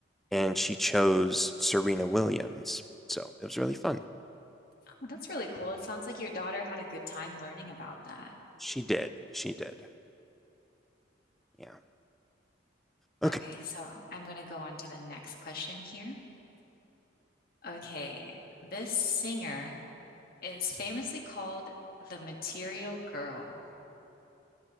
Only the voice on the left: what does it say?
Oh, that's really cool. It sounds like your daughter had a good time learning about that.
Okay, so I'm going to go on to the next question here. Okay, this singer is famously called the Material Girl.